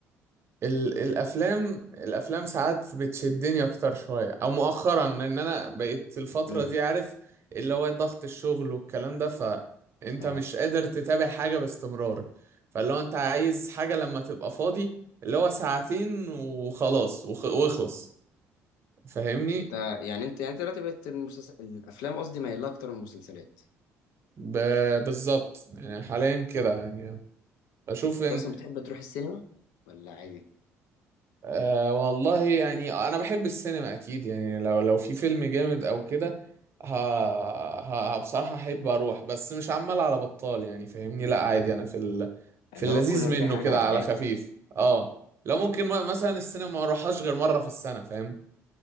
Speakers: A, on the right; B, on the left.
A: ال- الافلام الافلام ساعات بتشدني اكتر شوية او مؤخرا لان انا بقيت الفترة
B: امم
A: دي عارف اللي هو ضغط الشغل والكلام ده فانت
B: اه
A: مش قادر تتابع حاجة باستمرار فاللي هو انت عايز حاجة لما تبقى فاضي اللي هو ساعتين وخلاص وخ- واخلص فاهمني
B: انت يعني انت يعني انت دلوقتي بقت المسلسل الافلام قصدي مايلة اكتر من المسلسلات
A: ب- بالظبط يعني حاليا كده يعني بشوف
B: انت
A: ان
B: اصلا بتحب تروح السينما ولا عادي
A: أه والله يعني انا بحب السينما اكيد يعني لو لو في فيلم جامد او كده ه... ه... بصراحة احب اروح بس مش عمال على بطال يعني فاهمني لا عادي انا في ال... في
B: اللي
A: اللذيذ
B: هو كل ما
A: منه
B: تلاقي حاجه
A: كده
B: عجباك
A: على خفيف
B: يعني
A: اه لو
B: اه.
A: ممكن م- مثلا
B: مم.
A: السينما ما اروحهاش غير مرة في السنة فاهم